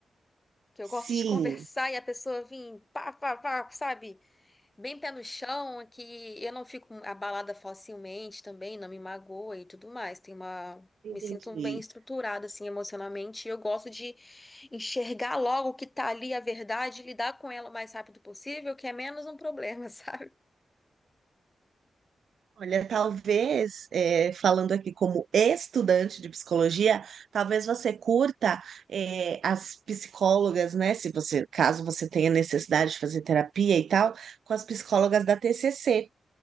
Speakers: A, on the left; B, on the right.
A: Que eu
B: sim,
A: gosto de <laughs> conversar e a pessoa vir pá, pá, pá, sabe? Bem pé no chão, que eu não fico abalada facilmente também, não me magoa e tudo mais. Tem uma.
B: entendi.
A: Me sinto bem estruturada, assim, emocionalmente. E eu gosto de enxergar logo o que tá ali, a verdade, e lidar com ela o mais rápido possível, que é menos um problema, <laughs> sabe?
B: Olha, talvez, eh, falando aqui como estudante de psicologia, talvez você curta, eh, as psicólogas, né? Se você, caso você tenha necessidade de fazer terapia e tal, com as psicólogas da TCC.